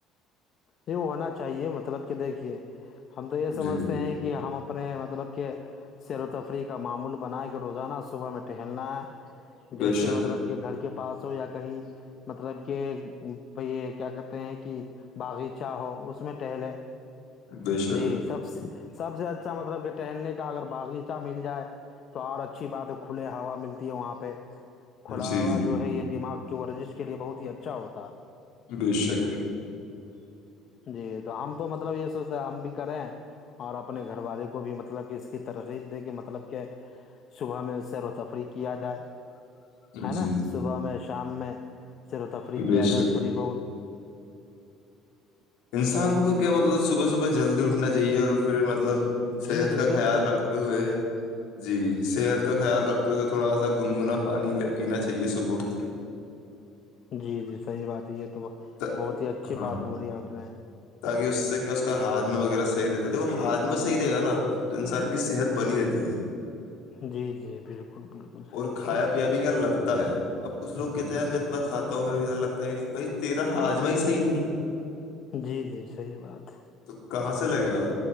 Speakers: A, on the left; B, on the left.
A: یہ ہونا چاہیے مطلب کہ دیکھیے ہم تو یہ
B: جی
A: سمجھتے ہیں کہ ہم م نے مطلب کیا سیر و تفریح کا معمول بناائے کے روزانہ صبح میں تھنا
B: بے
A: جیسے
B: شک
A: مطلب کہ گھر کے پاس ہو یا کہیں مطلب کہ پئی کیا کہتے ہیں کہ باغیچہ ہو اس میں ٹہلے
B: بے شک
A: جی سب سے سب سے اچھا مطلب کہ ٹہلنے کا اگر باغیچہ مل جائے تو اور اچھی بات ہے کھلے ہوا ملتی ہے وہاں پہ کھلا
B: جی
A: ہووا
B: جی
A: جو ہے یہ دماغ جو ورزش کے لیے بہت ہی اچھا ہوتا ہے
B: بے شک
A: جی تو ہم تو مطلب یہ سوچتے ہم بھی کریں اور اپنے گھر والے کو بھی مطلب کہ اس کی ترغیب دے کے مطلب کہ صبح میں اس سیر و تفری کیا جائے ہے
B: جی
A: نا
B: جی
A: صبح میں شام میں سیر و تفریح کیا
B: بے شک
A: جائے تھوڑی بہت
B: انسان کو کیا مطلب صبح صبح جلدی اٹھنا چاہیے اور پھر مطلب صحت
A: جی جی
B: کا
A: بالکل
B: خیال رکھتے
A: بالکل
B: ہوئے
A: بالکل
B: جی صحت کا خیال رکھ توے تھوڑا سا گنگنا پانیے پینا چاہیے صبح اٹتی
A: جی جی صحیح بات یہ تو
B: تا-
A: بہت ہی اچھی
B: ہاں
A: بات بو رہ آپ نے
B: تاکہ اس سے کیا اس کا ہاجم وغیرہ صحیح رہتا تھا وہ ہاج میں صحی رہے گا نا تو انسان کی صحت بنی رہتی ہے
A: جی جی بالکل بالکل صحیح
B: اور کھایا
A: بات
B: پیا بھی کیا لگتا ہے اب کچھ لوگ کہتے ہیں میں اتنا کھاتا وغیرہ لگتا ہے نہیں ب تیرا ہاجما ہی صحی نہیں ہے
A: جی جی صحیح بات
B: تو کہاں سے لگے گا